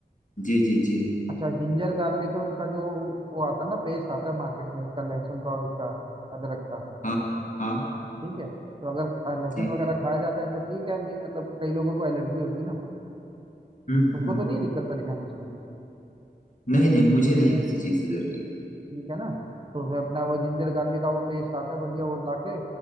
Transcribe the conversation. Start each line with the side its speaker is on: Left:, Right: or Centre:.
Left: जी जी जी
Right: अच्छा जिंजर गार्लिक का जो वो आता है ना पेस्ट आता है मार्केट में इसका लहसुन का और उसका अदरक का
Left: हाँ हाँ
Right: ठीक है तो अगर अ, लहसुन
Left: जी
Right: वगैरह खाया जाता है तो ठीक है नहीं मतलब कई लोगों को एलर्जी होती है ना
Left: हम्म हम्म
Right: तुमको
Left: हम्म,
Right: तो नहीं दिक्कत परेशानी इसकी
Left: नहीं नहीं मुझे नहीं किसी चीज़ से एलर्जी
Right: ठीक है ना तो फिर अपना वो जिंजर गार्लिक का वो पेस्ट आता है बढ़िया वो ला के